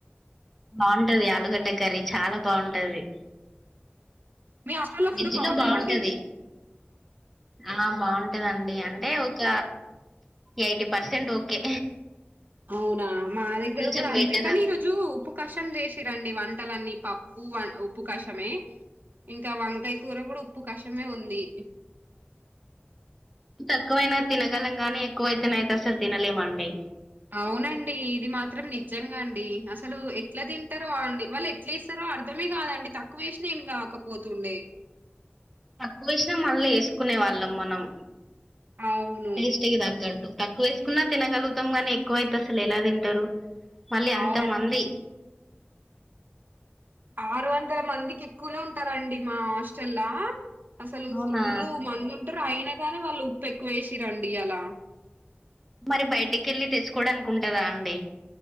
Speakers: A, in the centre; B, on the right (about 50°).
A: బాగుంటది ఆలుగడ్డ కర్రీ చాలా బాగుంటది
B: మీ హాస్టల్లో
A: విడ్జి
B: ఫుడ్ బావుంటదా
A: లో బాగుంటది
B: అండి?
A: ఆ బాగుంటదండి అంటే ఒక ఎయిటీ పర్సెంట్ ఓకే
B: అవునా మా దగ్గర
A: కొంచెం
B: కూడా అంతే
A: బెటర్
B: కానీ ఈ రోజు ఉప్పు కష్టం చేసిరండి వంటలన్నీ పప్పు ఉప్పు కషమే ఇంకా వంకాయ కూర కూడా ఉప్పు కష్టమే ఉంది
A: తక్కువైనా తినగలంగానే ఎక్కువైతే అయితే అ సార్ తినలేమండి
B: అవునండి ఇది మాత్రం నిజంగా అండి అసలు ఎట్లా తింటారో అండి వాళ్ళు ఎట్లా ఇస్తారో అర్ధమే కాదండి తక్కువ వేసిన ఏం కాకపోతుండే
A: తక్కువ వేసినా మళ్ళా వేసుకునే వాళ్ళం మనం
B: అవును
A: టేస్ట్గ దగ్గంంటటు తక్కువ వేసుకున్నా తినగలుగుాంనీ ఎక్కువ అైతు అసలు ఎలా తింటారు మళ్ళీ అంత
B: అవునండి
A: మంది
B: ఆరు వందల మందికి ఎక్కువనే ఉంటారంండి మా హాస్టల్లా అసలు
A: అవునా
B: ఫుల్లు మందు ఉంటారు అయిన కాని వాళ్ళు ఉప్పు ఎక్కువేసి రండి అలా
A: మరి బయటికి వెళ్ళి తెచ్చుకోవడానికికుంటదా అండి